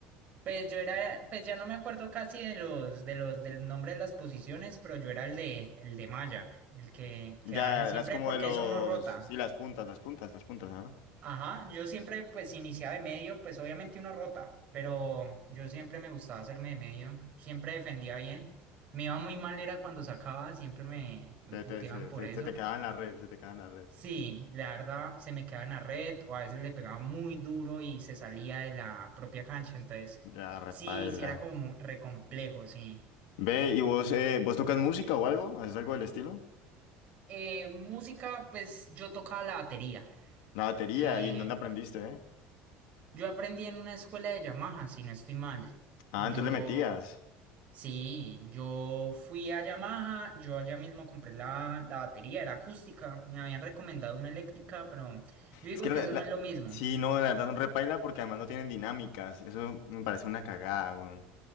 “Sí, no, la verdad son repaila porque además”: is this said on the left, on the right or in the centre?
Left